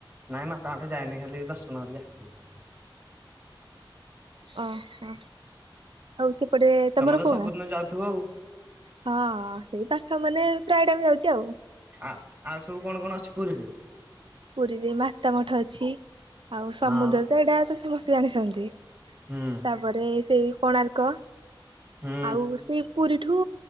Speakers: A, on the right; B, on the right.
A: ନାଇଁ ମାତାମଠ ଯାଇନି ଖାଲି ଦର୍ଶନ କରିକି ଆସିଛି।
B: ଓହୋ, ଆଉ ସେପଟେ
A: ତମେ
B: ତମର
A: ତ
B: କୋଉ
A: ସବୁଦିନ
B: ଗାଁ?
A: ଯାଉଥିବ ଆଉ।
B: ହଁ ସେଇ ପାଖ ମନେ ପ୍ରାୟ ଟାଇମ୍ ଯାଉଛି ଆଉ।
A: ଆ ଆଉ ଆଉ ସବୁ କଣ କଣ ଅଛି ପୁରୀରେ?
B: ପୁରୀରେ ମାତାମଠ ଅଛି। ଆଉ ସମୁଦ୍ର
A: ହଁ
B: ତ ଏଇଟା ତ ସମସ୍ତେ ଜାଣିଛନ୍ତି,
A: ହୁଁ
B: ତାପରେ ସେଇ କୋଣାର୍କ। କ
A: ହୁଁ
B: ଆଉ ସେ ପୁରୀଠୁ